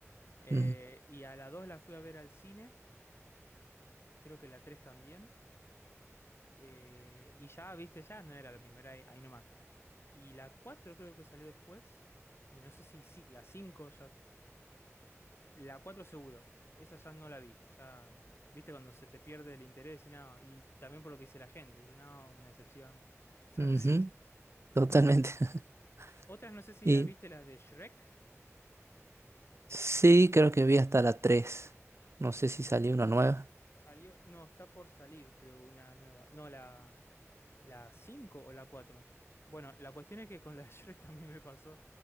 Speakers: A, on the left (about 50°); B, on the right (about 60°).
A: Eh,
B: Mm,
A: y a la 2 la fui a ver al cine, creo que la 3 también. Eh, y ya, viste, ya no era lo mismo, era ahí, ahí nomás. Y la 4 creo que salió después. Y no sé si, si- la 5 ya. La 4 seguro, esa ya no la vi. Ya, viste, cuando se te pierde el interés y nada. Y también por lo que dice la gente, dice, no, una decepción. <laughs> Todo
B: ujú,
A: así.
B: totalmente. <laughs>
A: Otras no sé si
B: Y
A: las viste, las de Shrek.
B: sí, creo que vi hasta la tres No sé si salió una nueva.
A: Salió, no, está por salir, creo, una nueva. No, la, la 5 o la cuatro Bueno, la cuestión es que con la de <laughs> Shrek también me pasó.